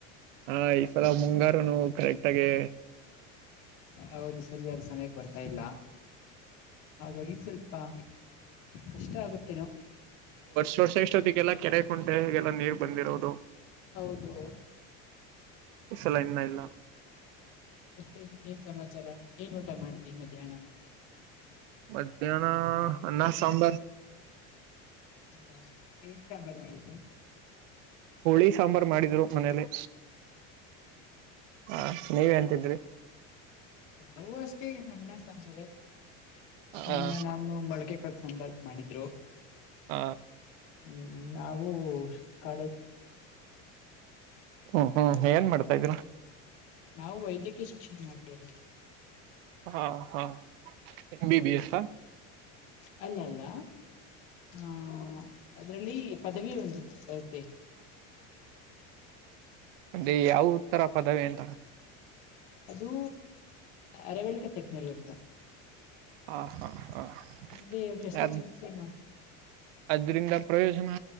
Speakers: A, on the right; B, on the left.
A: ಹಾ ಈ ಸಲ ಮುಂಗಾರುನು ಕರೆಕ್ಟ್ ಆಗೆ
B: ಹೌದು ಸರಿಯಾದ ಸಮಯಕ್ಕೆ ಬರ್ತಾ ಇಲ್ಲ ಹಾಗಾಗಿ ಸ್ವಲ್ಪ ಪ್ಪಾ ಕಷ್ಟ ಆಗುತ್ತೇನೋ
A: ಸ ಸ ಎಷ್ಟೊತ್ತಿಗೆಲ್ಲ ಕೆರೆ ಕುಂಟೆಲ್ಲ ನೀರ್ ಬಂದಿರೋದು
B: ಹೌದು
A: ಸಲ ಇಲ್ಲ ಇಲ್ಲ
B: ಮತ್ತೆ ನೀಏನ್ ಸಮಾಚಾರ ಏನ್ ಊಟ ಮಾಡ್ದಿ ಮಧ್ಯಾಹ್ನ
A: ಮಧ್ಯಾಹ್ನ ಅನ್ನ ಸಾಂಬಾರ
B: ಹೌದಾ ತಂಬರ್ ಮಾಡು
A: ಹುಳಿ ಸಾಂಬಾರ್ು ಮಾಡಿದ್ರು ಮನೇಲಿ ಹ ನೀವ ಎಂತಿದ್ರಿ
B: ನವು ಅಷ್ಟೇ ಅಣ್ಣ ಸಾಂದ್ರ
A: ಹ
B: ನಮ್ಮ ನಾಮ ಮೊಳಕೆ ಕಳ್ಸಂಬಾರ ಮಾಡಿದ್ರು
A: ಹ
B: ಹ್ಮ್ ನಾವು ಕ
A: ಹ್ಮ್ ಹ್ಮ್ ಏನ್ ಮಾಡ್ತಾ ಇದ್ರು
B: ನಾವು ವೈದ್ಯಕೀಯ ಶಿಕ್ಷಣ ಮಾಡ್ತಾವಿ
A: ಹಾ ಹಾ ಎ ಬಿ ಬಿ ಎಸ್
B: ಅಲ್ಲ ಅಲ್ಲ ಹಾ ಅದರಲ್ಲಿ ಪದವಿ ಒಂದು ಬರುತ್ತೆ
A: ಅದೆ ಯಾವ ಉತ್ತರ ಪದವೇ ಳ
B: ಅದುೂ ಅರವಳ್ಿಕೆ ತಜ್ಞರು ಅಂತ
A: ಹಾಂ ಹಾಂ ಹಾಂ
B: ಅಂದ್ರೆ ಶಸ್ತ್ರಚಿಕಿತ್ಸೆ
A: ಯ
B: ಮಾಡ
A: ಅದರಿಂದ ಪ್ರಯೋಜನ